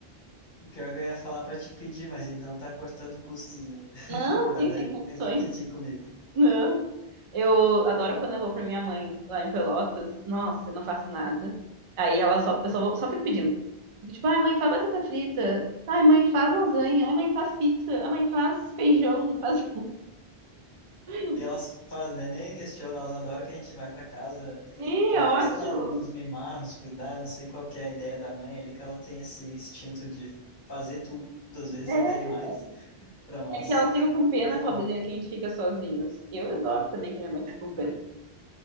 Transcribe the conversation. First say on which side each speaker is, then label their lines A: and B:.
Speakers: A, on the left; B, on the right.
A: Pior que eu ia falar pra te pedir, mas então tá cortando custos, né?
B: Não,
A: <laughs> Não vai
B: tem
A: dar
B: sem
A: nem
B: condições.
A: pra pedir comida.
B: Não. Eu adoro quando eu vou pra minha mãe lá em Pelotas. Nossa, eu não faço nada. Aí ela só, eu
A: Hum.
B: só, vou, só fico pedindo. Fico Tipo, ai, mãe, faz batata frita. Ai, mãe, faz lasanha. Ai, mãe, faz pizza. Ai, mãe, faz feijão. Faz... <laughs>
A: E elas fazem, né? Nem questionam, elas adoram que a gente vai pra casa
B: Ih,
A: pra,
B: ótimo.
A: sei lá, nos mimar, nos cuidar. Eu não sei qual que é a ideia da mãe ali, que ela tem esse instinto de fazer tudo, às vezes
B: É.
A: até demais, pra nós.
B: É que elas ficam com pena,
A: Mas é bom.
B: pobrezinha, que a gente fica sozinhos. Eu adoro também que minha mãe fica com pena.